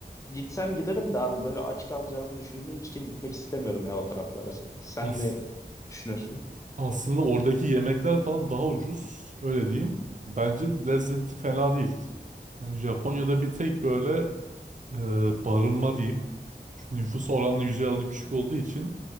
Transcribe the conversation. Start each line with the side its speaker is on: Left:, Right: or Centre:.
Left: gitsem giderim de abi böyle aç kalacağımı düşündüğüm için gitmek istemiyorum ya o taraflara. Sen
Right: As
Left: ne düşünüyorsun?
Right: aslında oradaki yemekler falan daha ucuz. Öyle diyeyim. Bence lezzeti fena değil. Yani Japonya'da bir tek böyle e, barınma diyeyim. Çünkü nüfus oranla yüzey alanı küçük olduğu için